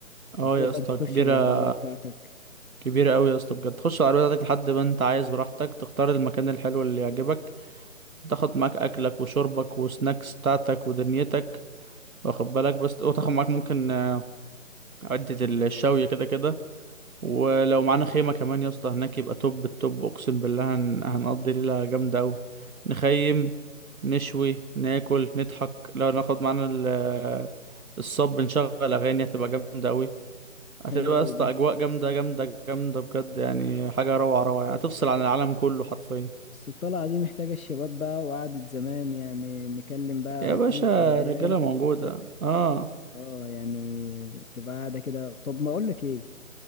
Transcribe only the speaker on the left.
وتقدر
تخش
بالعربية بتاعتك
حلو
أوي
ده
بس الطلعة دي محتاجة الشباب بقى وقعدة زمان يعني نكلم بقى
رفيق
والعيال
اه يعني تبقى قاعدة كده طب ما أقولك ايه